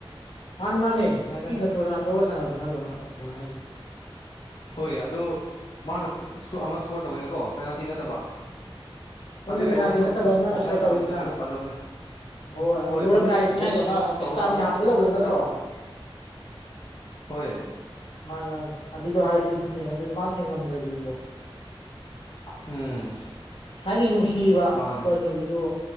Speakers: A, on the left (about 70°); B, on the left (about 50°).
A: ꯃꯥꯅꯤ ꯃꯥꯅꯤ ꯉꯁꯤ ꯅꯠꯇ꯭ꯔꯣ ꯅꯍꯥꯟꯟ ꯂꯣꯛꯒ ꯁꯥꯟꯅꯕꯗꯨꯣ ꯅꯠꯇ꯭ꯔꯣꯍ ꯍꯥꯏꯁꯦ
B: ꯍꯣꯏ ꯑꯗꯨꯣ ꯃꯥꯅ ꯑꯃ ꯏꯁꯀꯣꯔ ꯇꯧꯋꯦꯅꯀꯣ ꯄꯦꯅꯥꯜꯇꯤ ꯅꯠꯇꯕ
A: ꯍꯣꯏꯅꯦ
B: ꯑꯗꯨꯏ
A: ꯄꯦꯅꯥꯜꯇꯤ
B: ꯒꯣꯜꯗꯨꯁꯨ
A: ꯅꯠꯇꯕ ꯑꯃ
B: ꯑꯣꯞꯁꯥꯏꯠ
A: ꯁꯀꯣꯔ
B: ꯇꯥꯔꯝꯗ꯭ꯔꯗꯤꯀꯣ
A: ꯇꯧꯋꯤꯗꯅ
B: ꯐꯖꯕꯅꯦ
A: ꯍꯣꯏ ꯂꯣꯏꯔꯝꯗꯥꯏꯗꯨꯅꯤ
B: ꯐꯖꯩ ꯕꯣꯜ
A: ꯍꯥꯏꯗꯤ
B: ꯀꯟꯇ꯭ꯔꯣꯜ
A: ꯑꯃ ꯑꯦꯛꯁꯇ꯭ꯔꯥꯃꯤꯅ
B: ꯇꯧꯔꯒ ꯑꯃ
A: ꯍꯥꯞꯄꯇ ꯇꯧꯕꯗ ꯅꯠꯇ꯭ꯔꯣ
B: ꯀꯠ ꯇꯧꯕꯗꯣ ꯍꯣꯏ
A: ꯃꯥꯅꯤ ꯃꯥꯅꯤ ꯑꯗꯨꯗꯣ ꯍꯥꯏꯔꯤꯗꯨ ꯑꯦ ꯑꯗꯨꯗ ꯃꯥ ꯊꯦꯡꯉꯝꯗ꯭ꯔꯗꯤꯦꯕꯀꯣ
B: ꯎꯝ
A: ꯍꯥꯏꯗꯤ ꯅꯨꯡꯁꯤꯕ
B: ꯃꯥꯅꯦ
A: ꯀꯣꯅꯣꯗꯨꯗ